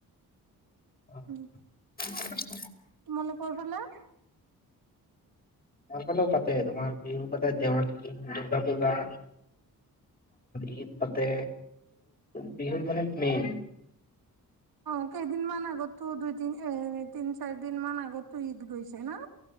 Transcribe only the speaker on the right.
উম,
তোমালোকৰ ফালে?
অ' কেইদিনমান আগতো দুই, তিন, চাৰি দিন মানৰ আগতটো ঈদ গৈছে ন?